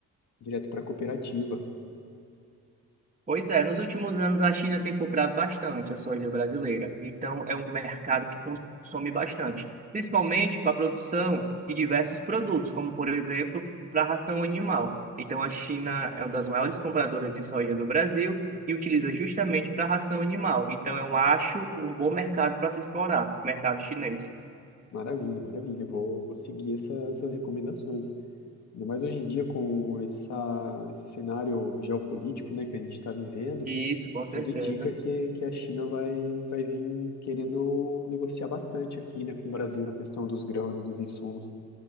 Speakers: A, on the left; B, on the right.
A: direto para a cooperativa.
B: Pois é, nos últimos anos a China tem comprado bastante a soja brasileira, então é um mercado que consome bastante, principalmente para a produção de diversos produtos, como por exemplo para a ração animal. Então a China é uma das maiores compradoras de soja do Brasil e utiliza justamente para a ração animal. Então eu acho um bom mercado para se explorar, mercado chinês.
A: Maravilha, maravilha. Vou, vou seguir essa- essas recomendações. Ainda mais hoje em dia com essa, esse cenário geopolítico, né, que a gente está vivendo,
B: Isso, com certeza.
A: tudo indica que, que a China vai, vai vir querendo negociar bastante aqui, né, com o Brasil na questão dos grãos e dos insumos.